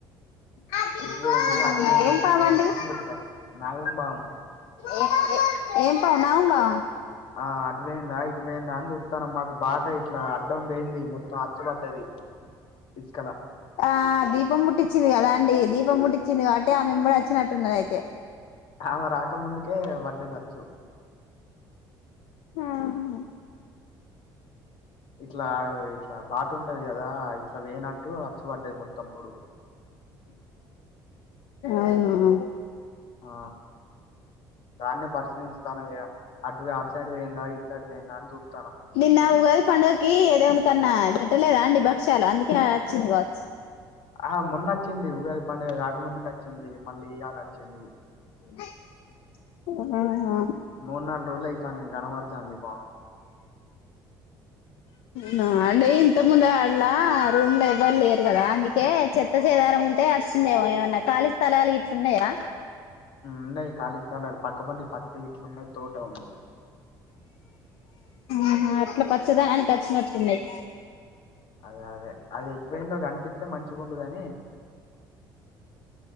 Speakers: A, on the left; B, on the left.
A: అవునా
B: ఎటు వేయింది అటు వేయిందా
A: ఏం పామండి
B: ఇటువేయిందా అని చుత్తన్నం నాగం భాము
A: ఏ ఏం పాము నాగం భామ
B: ఆ అటు పోయిందాయి పోయిందా అని చూస్తాను మాకు బాట ఇట్లా అడ్డం పోయింది మొత్తం అచ్చు పడ్డది ఇసుకల
A: ఆ దీపం ముట్టించింది కదా అండి దీపం ముట్టిచ్చింది కాబట్టి ఆమే వెంబడి వచ్చినట్టున్నది అయితే
B: ఆమె రాక ముందుకే వడ్డే జచ్చు
A: ఆ హ్
B: ఇట్లా ఇట్లా బ బాట ఉంటది కదా ఇట్లా వేయినట్టు అచ్చు పడ్డది మొత్తం పొడుగు
A: అవును
B: ఆ దాన్నే పరిశీలిస్తానం ఇగ అటు అటు సైడ్ పోయిందా ఇటు సైడ్ పోయిందా అని చూస్తానం
A: నిన్న ఉగాది పండుగకి ఏ దేవుని కన్నా పెట్టలేదా అండి భక్ష్యాలు అందుకే చిన్ వాచ్
B: ఆ మొన్న వచ్చింది ఉగాది పండుగ కాకముందుకి వచ్చింది మళ్ళీ ఇయ్యాల వచ్చింది.
A: అ
B: మూడు నాలుగు రోజుల అయితాంది కనబడతాంది పాము
A: నా అండి ఇంత ముందు ఆడలా రూమ్ లో ఎవ్వరు లేరు కదా అందుకే చెత్త చేదారం ఉంటే వస్తుందేమో ఏమన్నా ఖాళీ స్థలాలు ఇట్లున్నాయా
B: ఉన్నాయి కాలీ స్థలాలు పక్క పోంటి కిట్లు ఉన్నయి తోట ఉంది
A: ఆహా అట్లా పచ్చదానానికి వచ్చినట్లున్నాయి
B: అదే అదే అది ఎటు పోయిందో కనిపిత్త త్తే మంచికుండుగాని